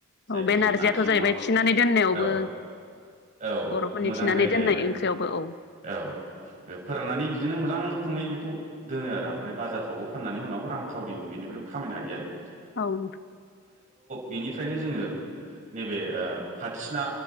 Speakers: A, on the right; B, on the left.
A: जायखौ
B: औ बे
A: जोंङो
B: नारजियाथ'
A: नारजि
B: जाहैबाय
A: अमा हर
B: थिनानै दोननायावबो
A: औ औ
B: बर'फोरनि
A: मोजां।
B: थिनानै
A: आं जायो जाहैबाय
B: दोननाय ओंख्रियावबो औ
A: औ ओ फोराननानै बि दिनो मोजां रोखोमै बेखौ दोनो आरो ओमफ्राय बाजारफ्रावबो फाननानै उनाव रांखावरि बेनिफ्राय खामायनो हायो आरो।
B: औ
A: बिनिफ्रायनो जोंङो नैबे ओ फथिसिना